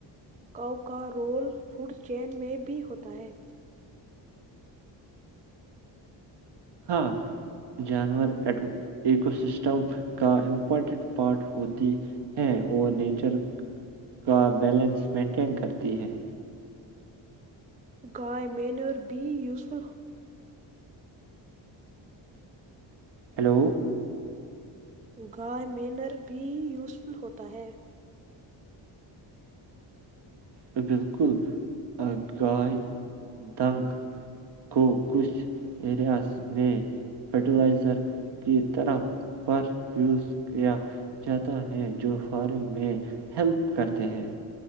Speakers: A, on the right; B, on the right.
A: کاؤ کا رول فوڈ چین میں بھی ہوتا ہے
B: ہاں جانور ایکوسسٹم کا امپورٹنٹ پارٹ ہوتی ہے اور نیچر کا بیلنس مینٹین کرتی ہے
A: گائے مینر بی یوزفل
B: ہلو
A: گائے مینر بھی یوزفل ہوتا ہے
B: ل بالکل گائے دنگ کو کچھ ایریاز میں فرٹیلائزر کی طرح پر یوز کیا جاتا ہے جو فارمنگ میں ہیلپ کرتے ہیں